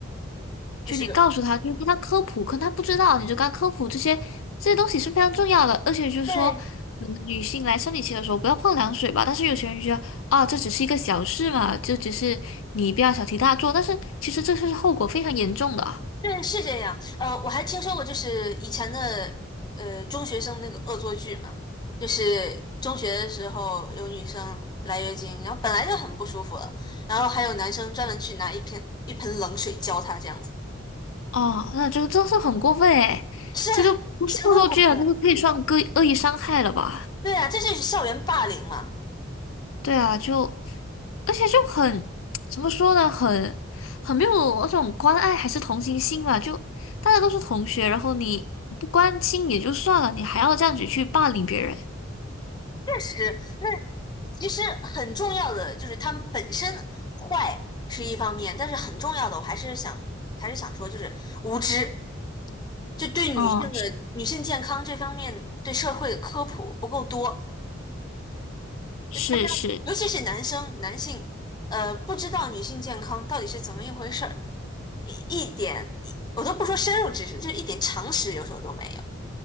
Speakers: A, on the left; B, on the left.
A: 就你告诉他，
B: 就是。
A: 就跟他科普，可能他不知道，你就跟他科普这些这些东西是非常重要的，而且就是说，
B: 对
A: 嗯女性来生理期的时候不要碰凉水吧，但是有些人觉得，啊，这只是一个小事嘛，就只是你不要小题大做，但是其实这是后果非常严重的。
B: 对，是这样。呃，我还听说过，就是以前的呃中学生那个恶作剧嘛，就是中学的时候有女生来月经，然后本来就很不舒服了，然后还有男生专门去拿一瓶一盆冷水浇她，这样子，
A: 哦，那这个真是很过分哎！
B: 是啊相当过分。
A: 这个不是恶作剧啊，这个可以算恶意恶意伤害了吧？
B: 对啊，这就是校园霸凌嘛。
A: 对啊，就而且就很 <tsk> 怎么说呢，很很没有那种关爱还是同情心吧？就大家都是同学，然后你不关心也就算了，你还要这样子去霸凌别人，
B: 确实，那其实很重要的就是他们本身坏是一方面，但是很重要的我还是想还是想说，就是无知。就对女性的女性健康这方面对社会的科普不够多，
A: 嗯，是是是，
B: 就大家尤其是男生男性，呃，不知道女性健康到底是怎么一回事儿，一一点我都不说深入知识，就是一点常识有时候都没有，